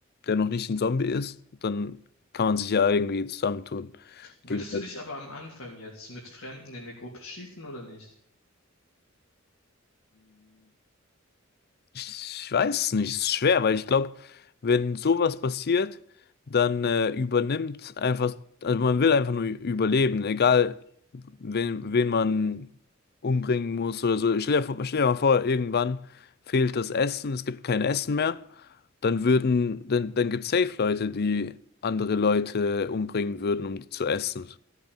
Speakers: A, on the left; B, on the left.
A: der noch nicht ein Zombie ist, dann kann man sich ja irgendwie zusammentun.
B: Würdest
A: Gegenseitig.
B: du dich aber am Anfang jetzt mit Fremden in eine Gruppe schließen oder nicht?
A: Ich weiß nicht, ist schwer, weil ich glaube, wenn sowas passiert, dann äh, übernimmt einfach, also man will einfach nur überleben, egal wen, wen man umbringen muss oder so. Stell dir, vor- stell dir mal vor, irgendwann fehlt das Essen, es gibt kein Essen mehr, dann würden, dann, dann gibt es safe Leute, die andere Leute umbringen würden, um die zu essen,